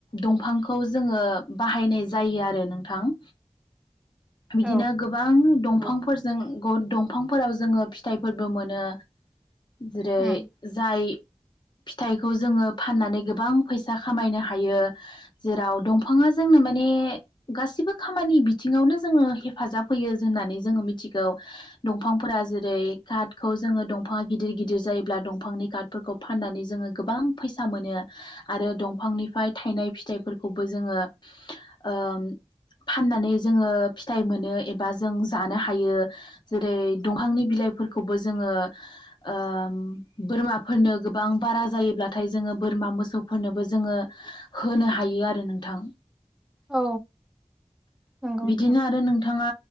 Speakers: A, on the left (about 40°); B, in the centre.
A: दंफांखौ जोङो बाहायनाय जायो आरो नोंथां बिदिनो
B: औ
A: गोबां दंफांफोरजों
B: औ
A: दंफांफोराव जोङो फिथाइफोरबो मोनो जेरै
B: नंगौ उम
A: जाय फिथाइखौ जोङो फाननानै गोबां फैसा खामायनो हायो जेराव दंफाङा जोंनो माने गासिबो खामानि बिथिङावनो जोङो हेफाजाब होयो होननानै जोङो मिथिगौ दंफांफोरा जेरै काट खौ जोङो दंफाङा गिदिर गिदिर जायोब्ला दंफांनि काट फोरखौ फाननानै जोङो गोबां फैसा मोनो आरो दंफांनिफ्राय थायनाय फिथाइफोरखौबो जोङो ओ फाननानै जोङो फिथाइ मोन नों एबा जों जानो हायो जेरै दांनि बिलाइफोरखौबो जोङो ओ बोरमा फोरनो गोबां बारा जायोब्लाथाय जोङो बोरमा मोसौफोरनोबो जोङो होनो हायो आरो नों थां
B: औ नंगौ
A: बिदिनो
B: नोंथां
A: आरो नोंथाङा